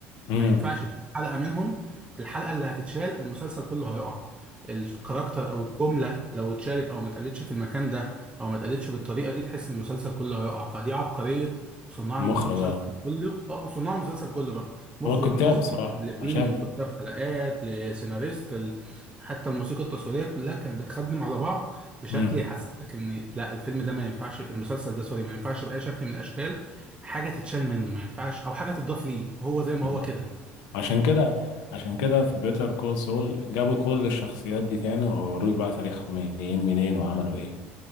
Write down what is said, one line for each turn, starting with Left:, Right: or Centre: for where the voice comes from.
Left: امم
Right: ما ينفعش تشيل حلقة منهم الحلقة اللي هتتشال المسلسل كله هيقع الكاركتر او الجملة لو اتشالت او ما اتقالتش في المكان ده او ما اتقالتش بالطريقة دي تحس المسلسل كله هيقع فدي عبقرية صناع
Left: المخرج
Right: المسلسل
Left: اه
Right: كله اه صناع المسلسل كله بقى مخرج
Left: هو الكتاب
Right: مخرج
Left: بصراحه
Right: مؤلفين
Left: انا شايف
Right: من كتاب حلقات لسيناريست ال... حتى الموسيقى التصويرية كلها كانت بتخدم على بعض بشكل
Left: امم
Right: يحسسك ان لا الفيلم ده ما ينفعش المسلسل ده سوري ما ينفعش بأي شكل من الاشكال حاجة تتشال منه ما ينفعش او حاجة تضاف ليه هو زي ما
Left: بالظبط
Right: هو كده
Left: عشان كده عشان كده في بيتر كول سول جابوا كل الشخصيات دي تاني ووروك بقى تاريخهم ايه جايين منين وعملوا ايه